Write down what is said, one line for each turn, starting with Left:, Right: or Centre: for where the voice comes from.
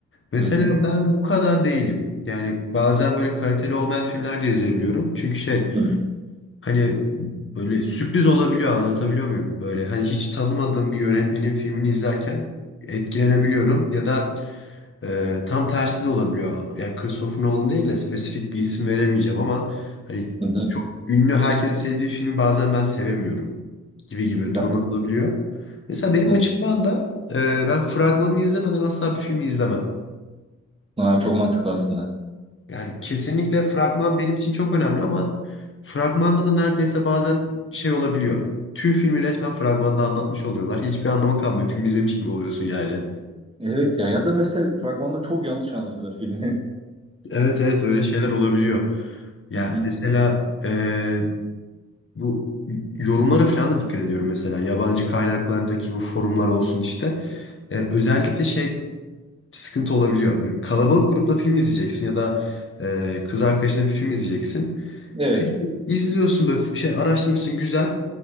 Left: Mesela
Right: Hı hı.
Left: ben bu kadar değilim. Yani bazen böyle kaliteli olmayan filmler de izleyebiliyorum. Çünkü şey
Right: Hı
Left: hani böyle sürpriz olabiliyor anlatabiliyor muyum? Böyle hani hiç tanımadığım bir yönetmenin filmini izlerken etkilenebiliyorum. Ya da e, tam tersi de olabiliyor. Yani Christopher Nolan değil de spesifik bir isim veremeyeceğim ama hani
Right: hı. hı.
Left: çok ünlü herkesin sevdiği filmi bazen ben sevemiyorum gibi gibi
Right: Ya,
Left: durumlar olabiliyor. Mesela benim
Right: hı.
Left: açımdan da e, ben fragmanını izlemeden asla bir filmi izlemem.
Right: Aa, çok mantıklı aslında.
Left: Yani kesinlikle fragman benim için çok önemli ama fragmanda da neredeyse bazen şey olabiliyor. Tüm filmi resmen fragmanda anlatmış oluyorlar. Hiçbir anlamı kalmıyor. Film izlemiş gibi oluyorsun yani.
Right: Evet ya ya da mesela fragmanda çok yanlış anlatıyorlar filmi.
Left: Evet evet öyle şeyler olabiliyor. Yani
Right: <laughs> Hı hı.
Left: mesela eee, bu yorumlara falan da dikkat ediyorum mesela. Yabancı kaynaklardaki bu forumlar olsun işte. Eee, özellikle şey sıkıntı olabiliyor. Böyle kalabalık grupla film izleyeceksin ya da eee, kız arkadaşına bir film izleyeceksin.
Right: Evet.
Left: Film izliyorsun böyle şey araştırmışsın güzel.